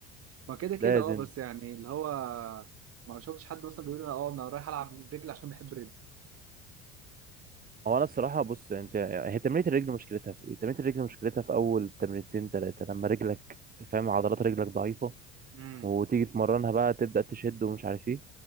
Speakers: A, on the right; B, on the right.
A: ما كده كده
B: لازم
A: اه بس يعني اللي هو ما شفتش حد مثلا بيقول لي اه انا رايح العب رجل عشان بحب الرجل
B: هو انا الصراحه بص انت هي تمرينه الرجل مشكلتها في ايه تمرينه الرجل مشكلتها في اول تمرينتين ثلاثه لما رجلك فاهم عضلات رجلك ضعيفه
A: امم
B: وتيجي تمرنها بقى تبدا تشد ومش عارف ايه